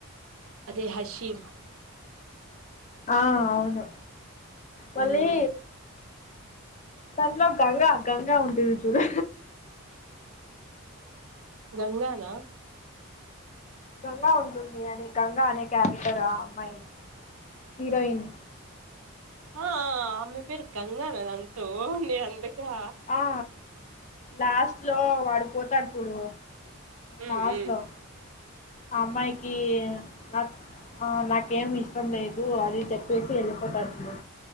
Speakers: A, on the right; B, on the left.
A: అదే హర్షీమ్
B: ఆ అవును వళ్ళీ
A: ఉమ్
B: దాంట్లో గంగా గంగా ఉంటుంది చూడు
A: గంగా నా
B: గంగా ఉంటుంది అని గంగా అనే క్యారెక్టర్ ఆ అమ్మాయ్ హరోయిన్
A: ఆ ఆమె పేరు గంగా నా దాంతో నేనంతగా
B: ఆ లాస్ట్ లో వాడు పోతాడు చూడు
A: ఉమ్
B: లాస్ట్
A: ఉమ్
B: లో ఆ అమ్మాయికీ నాకత నాకేం ఇష్టం లేదు అది చెప్పేసి ఎళ్ళిపోతాడ్ జూడు